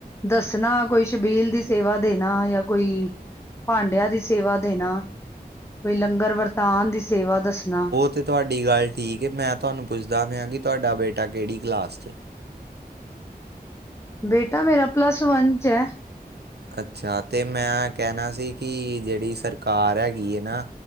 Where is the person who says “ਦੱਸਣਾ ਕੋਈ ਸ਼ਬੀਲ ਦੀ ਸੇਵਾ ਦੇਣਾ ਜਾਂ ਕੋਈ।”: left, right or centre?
Left